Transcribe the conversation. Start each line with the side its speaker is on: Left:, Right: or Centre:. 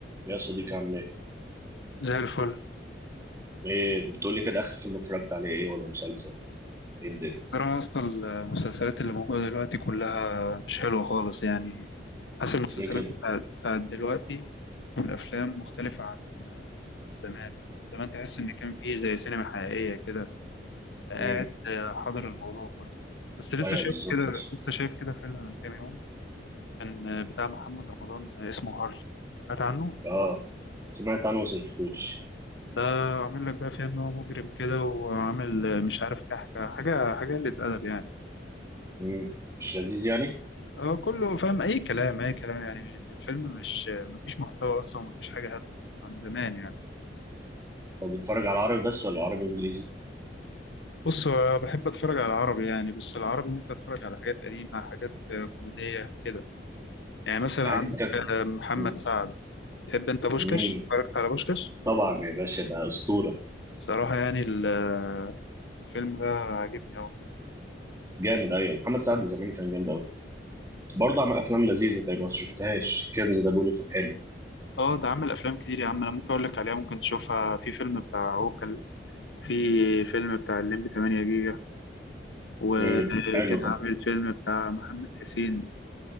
Right: يا صديقي عامل ايه؟
Left: زي الفل
Right: ايه بتقول لي كده اخر فيلم اتفرجت عليه ايه ولا مسلسل؟ ايه الدنيا؟
Left: ترى اصلا المسلسلات اللي موجوده دلوقتي كلها مش حلوه خالص يعني حاسس المسلسلات
Right: ليه كده؟
Left: بتاعت بتاعت دلوقتي والافلام مختلفه عن عن زمان زمان تحس ان كان فيه زي سينما حقيقيه كده قاعد
Right: امم
Left: حاضر الموضوع كله بس لسه
Right: ايوه
Left: شايف
Right: بالظبط
Left: كده لسه شايف كده فيلم من كام يوم كان بتاع محمد رمضان اسمه هارلي سمعت عنه
Right: اه سمعت عنه بس ما شفتوش
Left: ده عامل لك بقى فيها ان هو مجرم كده وعامل مش عارف كحكه حاجه حاجه قله ادب يعني
Right: امم مش لذيذ يعني؟
Left: هو كله فاهم اي كلام اي كلام يعني الفيلم مش مفيش محتوى اصلا مفيش حاجه هادفه عن زمان يعني
Right: طب بتتفرج على عربي بس ولا عربي وانجليزي؟
Left: بص هو بحب اتفرج على العربي يعني بس العربي ممكن اتفرج على حاجات قديمه حاجات آه، كوميديه كده يعني مثلا
Right: في حد
Left: عندك
Right: كده
Left: آه، محمد
Right: امم
Left: سعد بتحب انت بوشكاش
Right: أمم.
Left: اتفرجت على بوشكاش
Right: طبعا يا باشا ده اسطوره
Left: الصراحه يعني ال- آه، الفيلم ده عاجبني قوي
Right: جامد ايوه محمد سعد زمان كان جامد قوي برضه عمل افلام لذيذه تقريبا ما شفتهاش كنز ده بيقولوا كان حلو
Left: اه ده عامل افلام كتير يا عم انا ممكن اقول لك عليها ممكن تشوفها في فيلم بتاع عوكل في فيلم بتاع الليمبي 8 جيجا وكان
Right: امم حلو ده
Left: عامل فيلم بتاع محمد حسين